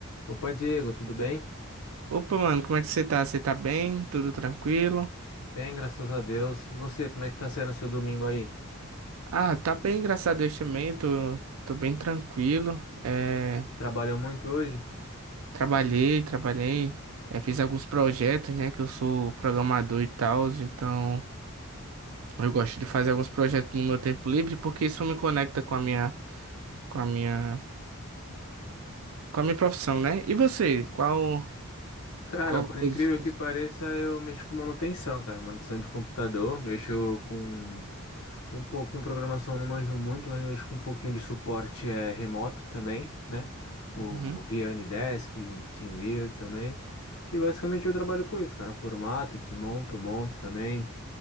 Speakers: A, on the left; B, on the right.
A: Opa, Diego, tudo bem?
B: Opa, mano, como é que você tá? Você tá bem? Tudo tranquilo?
A: Bem, graças a Deus. E você, como é que tá sendo seu domingo aí?
B: Ah, tá bem, graças a Deus também, tô, tô bem tranquilo. É,
A: Trabalhou muito hoje?
B: trabalhei, trabalhei, é, fiz alguns projetos, né, que eu sou programador e tal, então eu gosto de fazer alguns projetos no meu tempo livre, porque isso me conecta com a minha, com a minha, com a minha profissão, né? E você, qual,
A: Cara,
B: qual
A: por
B: coisa...
A: incrível que pareça, eu mexo com manutenção, cara. Manutenção de computador, mexo com um pouquinho programação, não manjo muito, mas mexo com um pouquinho de suporte é, remoto também, né? O
B: Uhum.
A: via Desk, TeamViewer também. E basicamente eu trabalho com isso, cara. Formato, desmonto, monto também.